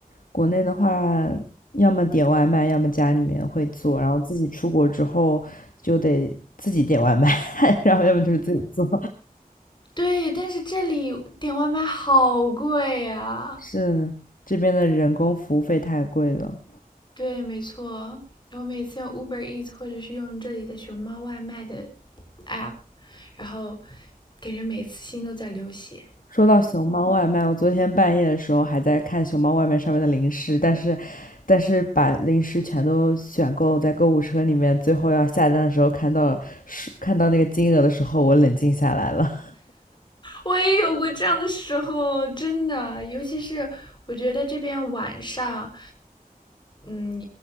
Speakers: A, on the left (about 65°); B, on the left (about 30°).
A: 国内的话，要么点外卖，要么家里面会做，然后自己出国之后就得自己点外卖，<laughs> 然后要么就是自己做。
B: 对，但是这里点外卖好贵呀。
A: <laughs> 是，这边的人工服务费太贵了。
B: 对，没错，我每次用 Uber Eats 或者是用这里的熊猫外卖的 app，然后感觉每次心都在流血。
A: 说到熊猫外卖，我昨天半夜的时候还在看熊猫外卖上面的零食，但是，但是把零食全都选购在购物车里面，最后要下单的时候看到是看到那个金额的时候，我冷静下来了。
B: 我也有过这样的时候，真的，尤其是我觉得这边晚上，嗯，